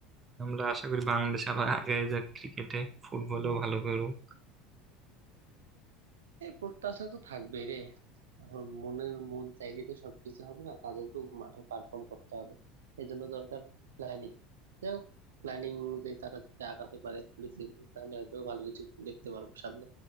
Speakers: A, on the right (about 25°); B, on the right (about 70°).
A: আমরা আশা করি বাংলাদেশ আরো আগে যাক ক্রিকেটে ফুটবলেও ভালো করুক
B: এই প্রত্যাশা তো থাকবেই রে এখন মনের মন চাইলে তো সবকিছু হবে না তাদেরকেও মাঠে পারফর্ম করতে হবে এই জন্য দরকার প্ল্যানিং যাই হোক প্ল্যানিং অনুযায়ী তারা যদি আগাতে পারে বিসিবি তাহলে হয়তো ভালো কিছু দেখতে পারবো সামনে